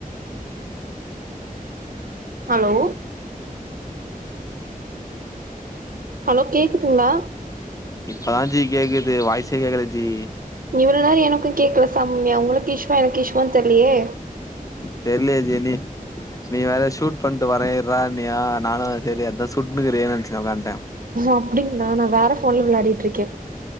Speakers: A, on the right (about 70°); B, on the left (about 20°).
A: அலோ ஹலோ கேட்குதுங்களா
B: இப்பதா ஜி கேக்குது வாய்ஸே கேக்கல ஜி
A: இவ்ளோ நேரோ எனக்கு கேட்கல சம்யா உங்களுக்கு இஸ்வா எனக்கு இஸ்வா தெரிலயே
B: தெர்லயே ஜி நீ வேற ஷூட் பண்ணிட்டு வரே இர்றா நீயா நானு செரி அதா சுட்டுட்டு இருக்கியானு நனச்சு உட்கான்திட்டே
A: அப்டிங்களா நா வேற ஃபோன்ல விளையாடிட்டு இருக்கே